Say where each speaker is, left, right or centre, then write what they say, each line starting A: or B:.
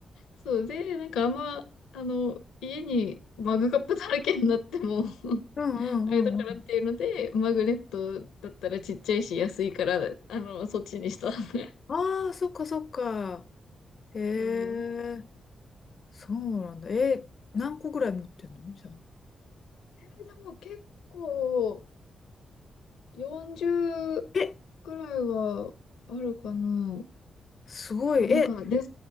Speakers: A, on the left; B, on the left.
A: そうで、なんかあんま、あの、家にマグカップだらけになっても <laughs>
B: うんうんうんうん。
A: あれだからっていうので、マグネットだったらちっちゃいし安いから、あの、そっちにした。<laughs>
B: ああ、そっかそっか。へえ、
A: うん。
B: そうなんだ。え、何個ぐらい持ってんのじゃあ。
A: えーでも結構40
B: え、
A: くらいはあるかな。
B: すごい。
A: まあ、なんかデザ
B: え、